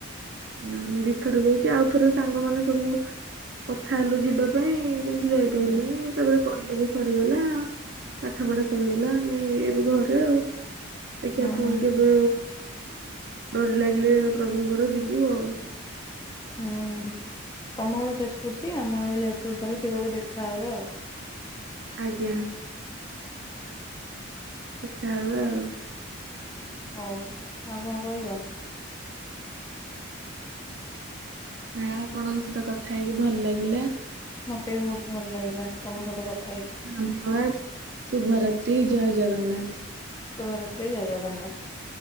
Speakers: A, on the right; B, on the left.
A: ମୁଁ ଦି ଥର ଯାଇଛି ଆଉ ଥରେ ସାଙ୍ଗ ମାନେ ସବୁ କଥା ହେଲୁ ଯିବା ପାଇଁ କିନ୍ତୁ ଯାଇପାରିଲୁନି
B: ହୁଁ
A: ତାପରେ କଲେଜ ସରିଗଲା ପାଠ ପଢା ସରିଗଲା ଆମେ ଏଇ ଏବେ ଘରେ ଆଉ। ଦେଖିଆ
B: ହୁଁ
A: ପୁଣି କେବେ ଡୋରି ଲାଗିଲେ ପ୍ରଭୁଙ୍କର ଯିବୁ ଆଉ।
B: ହୁଁ, ତମ ଘର ଯାଜପୁର ଟି ଆମ ଘରେ ବି ଯାଜପୁର ତାହେଲେ କେବେ ଗୋଟେ ଦେଖାହେବା ଆଉ।
A: ଆଜ୍ଞା। ଦେଖା ହେବା ଆଉ।
B: ହଉ ଆଉ କଣ କହିବ?
A: ନା, ଆପଣଙ୍କ ସହିତ କଥା ହେଇକି ଭଲ ଲାଗିଲା।
B: ମତେ ବି ବହୁତ ଭଲ ଲାଗିଲା ତମ ସହିତ କଥା ହେଇକି।
A: ଧନ୍ୟବାଦ ଶୁଭରାତ୍ରି ଜୟ ଜଗନ୍ନାଥ।
B: ଶୁଭରାତ୍ରି ଜୟ ଜଗନ୍ନାଥ।